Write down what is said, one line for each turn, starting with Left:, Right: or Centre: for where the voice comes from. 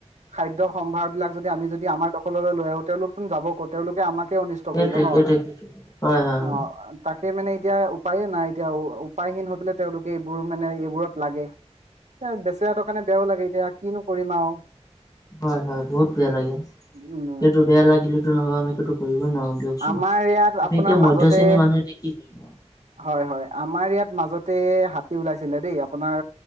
Right: খাদ্য সম্ভাৰ বিলাক যদি আমি যদি আমাৰ দখললৈ লৈ আহোঁ তেওঁলোক যাব ক'ত, তেওঁলোকে আমাকে অনিষ্ট
Left: সেইটোৱে
Right: কৰিব ন,
Left: সেইটোৱে সেইটোৱে হয় হয় হয়।
Right: অ' তাকে মানে এতিয়া উপায়ে নাই, এতিয়া উপায়হীন হৈ পেলাই তেওঁলোকে এইবোৰ মানে এইবোৰত লাগে। এ, বেচেৰাটোৰ কাৰণে বেয়াও লাগে এতিয়া কিনো কৰিম আৰু।
Left: হয়, হয়, বহুত বেয়া লাগে,
Right: উম
Left: সেইটো বেয়া লাগিলেতো নহ'ব আমি একো কৰিবই নোৱাৰোঁ। দিয়কচোন,
Right: আমাৰ ইয়াত
Left: আমি
Right: আপোনাৰ
Left: এতিয়া
Right: মাজতে
Left: মধ্য শ্ৰেণী মানুহ এতিয়া কি কৰিম আৰু।
Right: হয়, হয়, আমাৰ ইয়াত মাজতে হাতী ওলাইছিলে দেই আপোনাৰ